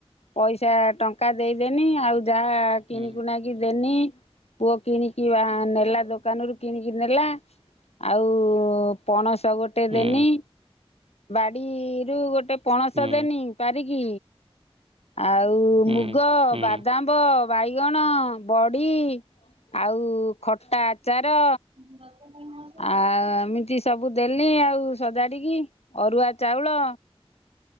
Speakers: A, on the left (about 85°); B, on the right (about 65°).
A: ପଇସା ଟଙ୍କା ଦେଇଦେନି ଆଉ ଯାହା
B: ହୁଁ
A: କିଣିକୁଣା କି ଦେନି ପୁଅ କିଣିକି ବା ନେଲା ଦୋକାନ ରୁ କିଣି କିରି। ନେଲା। ଆଉ ପଣସ ଗୋଟେ
B: ହୁଁ
A: ଦେନି। ବାଡିରୁ ଗୋଟେ ପଣସ
B: ହୁଁ
A: ଦେନି ପାରିକି। ଆଉ
B: ହୁଁ
A: ମୁଗ,
B: ହୁଁ
A: ବାଦାମ ମୁଗ, ବାଇଗଣ, ବଡି, ଆଉ ଖଟା ଆଚାର
B: <unintelligible>
A: ଆଉ ଏମିତି ସବୁ ଦେଲି ଆଉ ସଜାଡିକି ଅରୁଆ ଚାଉଳ।